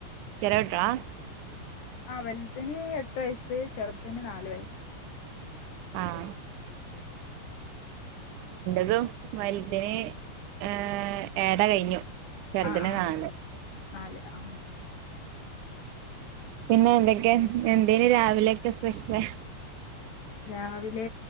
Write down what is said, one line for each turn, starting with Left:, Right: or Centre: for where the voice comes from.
Right: ചെറിയ കുട്ടികളാ
Left: ആഹ് വെൽതിന് എട്ട് വയസ്സ് ചെർതിന് നാല് വയസ്സ്
Right: ആഹ് ഇൻ്റതും വൽതിന് ഏഹ് ഏട കഴിഞ്ഞു ചെറുതിന്
Left: അഹ് ആഹ്
Right: നാല്
Left: നാല് ആഹ്
Right: പിന്നെ എന്തൊക്കെ എന്തേനി രാവിലേക്കെ സ്പെഷ്യല്
Left: രാവിലേ